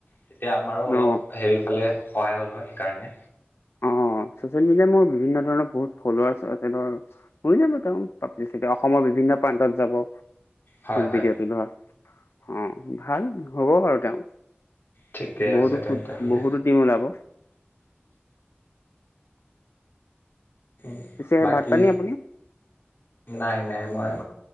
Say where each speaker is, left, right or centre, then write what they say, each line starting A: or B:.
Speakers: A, on the left; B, on the left.
A: তেতিয়া আমাৰো অলপ
B: অ
A: হেৰিফালে সহায় হ'ল হয় সেইকাৰণে
B: অ ছচিয়েল মিডিয়াত মোৰ বিভিন্ন ধৰণৰ বহুত ফলোআৰ্চ আছে ধৰ হৈ যাব তেওঁ পাব্লিচিটি অসমৰ বিভিন্ন প্ৰান্তত যাব।
A: হয় হয়
B: ভিডিঅ'টো ধৰ অ ভাল হ'ব বাৰু তেওঁ
A: ঠিকে
B: বহুত
A: আছে তেন্তে হ'লে
B: বহুতো টিম ওলাব।
A: <unintelligible>
B: পিছে
A: বাকী
B: ভাত পানী আপুনি
A: নাই, নাই, মই